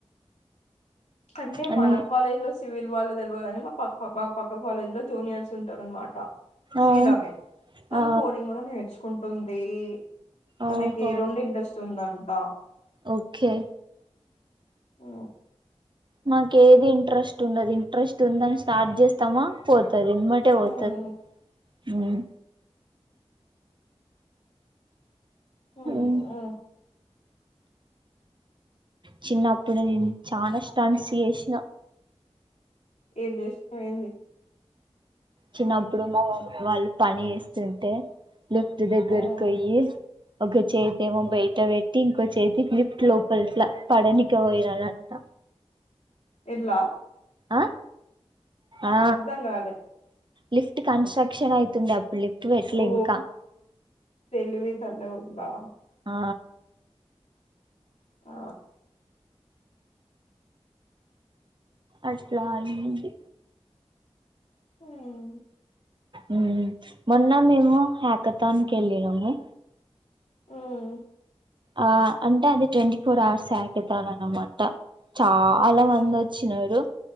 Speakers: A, on the left (about 90°); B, on the right (about 45°).
A: అంటే
B: అని
A: మన కాలేజ్ లో సివిల్ వాళ్ళు తెల్వగానే మా పా పా కాలేజ్ లో జూనియర్స్ ఉంటారు అనమాట సివిల్
B: ఆ
A: ఆమె తను
B: ఆ
A: కోడింగ్ కూడా నేర్చుకుం ఉంది
B: ఓహో
A: తనకి రెండు ఇంట్రెస్ట్ వస్తుందంట
B: ఓకే
A: ఓ
B: మాకు ఏది ఇంట్రెస్ట్ ఉండదు ఇంట్రెస్ట్ ఉందని స్టార్ట్ చేస్తామా పోతది ఎమ్మటే
A: ఉమ్,
B: పోతది హ్మ్
A: ఉమ్,
B: ఉం
A: ఉమ్.
B: చిన్నప్పుడు నేను చాలా స్టంట్స్ చేసిన
A: ఏంది ఎమైంది
B: చిన్నప్పుడు మా మమ్మి వాళ్ళు పని చేస్తుంటే లిఫ్ట్ దగ్గరకి
A: ఉమ్,
B: పోయ్యి ఒక చేతి ఏమో బయట పెట్టి ఇంకో చేతిలిప్ లోపలట్లా పడని <unintelligible> అంట
A: ఎల్లా
B: ఆ ఆ
A: అర్థం కాలే
B: లిఫ్ట్ కన్స్ట్రక్షన్ ఐతుండే అప్ లిఫ్ట్ పెట్లే
A: ఓ
B: ఇంకా
A: తెలివి సళ్ళగుండా
B: ఆ
A: ఆ
B: అట్లా అయింది
A: ఉం
B: ఉం మొన్న మేము హ్యాకతానికి ఎళ్ళినము
A: ఉం
B: ఆ అంటే అది ట్వంటీ ఫోర్ అవర్స్ హ్యకతాన్ అన్నమాట చాలా
A: ఉమ్.
B: మంది వచ్చినారు